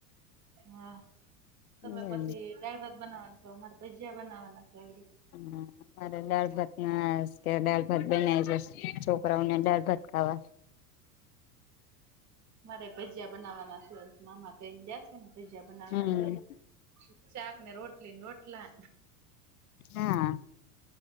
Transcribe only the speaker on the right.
હા, તમે
પછી દાળ ભાત બનાવાના છે, અમારે ભજીયા બનાવાના છે.
મારે ભાજીયા બનાવાના છે, મામા કહીને ગયા સે ને ભજીયા બનાવી
નાખજો, શાક ને રોટલી રોટલા